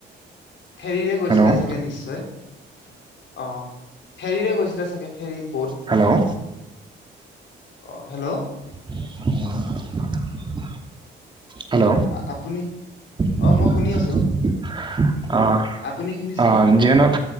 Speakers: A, on the left; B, on the right.
A: ফেৰীৰে গৈছিলে
B: হেল্ল'
A: চাগে নিশ্চয় অ', ফেৰীৰে গৈছিলে ছাগে, ফেৰী বত,
B: হেল্ল'
A: অ হেল্ল',
B: আৰু হেল্ল,
A: আ- আপুনি
B: '
A: অ মই শুনি আছো
B: অ',
A: আপুনি শুনিছানে
B: অ', যিয়ে নহক